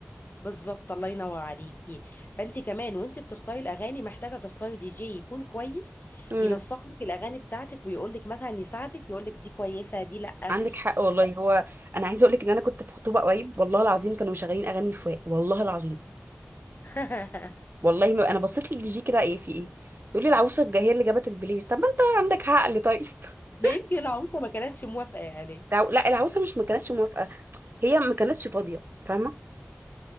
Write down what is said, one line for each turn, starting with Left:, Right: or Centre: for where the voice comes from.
Left: بالظبط الله ينور عليكي فانت كمان وانت بتختاري الاغاني محتاجه تختاري دي جي يكون كويس
Right: امم
Left: ينسق لك الاغاني بتاعتك ويقول لك مثلا يساعدك يقول لك دي كويسه دي لا
Right: عندك حق والله هو انا عايزه اقول لك ان انا كنت في خطوبه قريب والله العظيم كانوا مشغلين اغاني فواق والله العظيم
Left: <laughs>
Right: والله ما انا بصيت للدي جي كده ايه في ايه يقول لي العروسه الج- هي اللي جابت البلاي طب ما انت عندك عقل طيب <laughs>
Left: ما يمكن العروسه ما كانتش موافقه يعني
Right: العو- لا العروسه مش ما كانتش موافقه هي ما كانتش فاضيه فاهمه